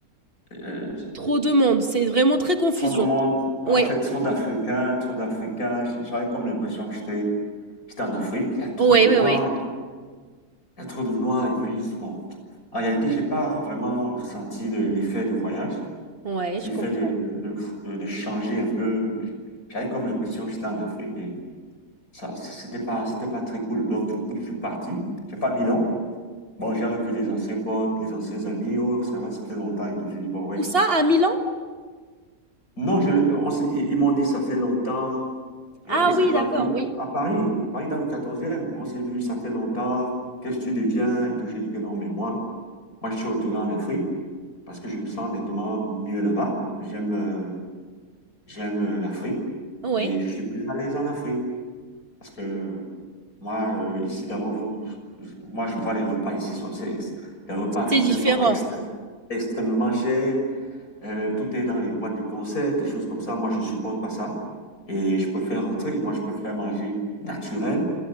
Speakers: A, on the left; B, on the right.
A: euh,
B: Trop de monde, c'est vraiment très confusion.
A: trop de monde,
B: Oui,
A: en fait, trop d'Africains, trop d'Africains. J'avais comme l'impression que j'étais j'étais en Afrique. Il y a trop
B: Oui,
A: de Noirs,
B: oui, oui.
A: Il y a trop de noir et puis bon. En réalité, j'ai pas vraiment ressenti le- l'effet de voyage,
B: ouais,
A: l'effet
B: je comprends.
A: de, de, de, de changer un peu. J'avais comme l'impression que j'étais en Afrique et ça, c'était pas, c'était pas très cool. Donc, du coup, je suis parti. J'ai pas mis long. Bon, j'ai revu les anciens potes, les anciens amis. Oh, ça va, ça fait longtemps et tout. J'ai dit, bon, ouais.
B: Où ça? À Milan?
A: Non, je, le- on s'est- ils ils m'ont dit, ça fait longtemps et
B: Ah
A: on s'est
B: Oui. oui,
A: pas
B: d'accord,
A: vu.
B: oui.
A: À Paris, à Paris, dans le 14e, on s'est vu, ça fait longtemps. Qu'est-ce que tu deviens et tout. J'ai dit que non, mais moi, moi, je suis retourné en Afrique. parce que je me sens nettement mieux là-bas. J'aime euh, j'aime euh, l'Afrique
B: Oui,
A: et je suis plus à l'aise en Afrique parce que moi euh, ici d'abord vous moi je vois les repas ici sont c'est ex- les repas africains
B: c'est différent.
A: sont extré- extrêmement chers. Euh, tout est dans les boîtes de conserve, des choses comme ça. Moi je supporte pas ça et je préfère rentrer. Moi je préfère manger naturel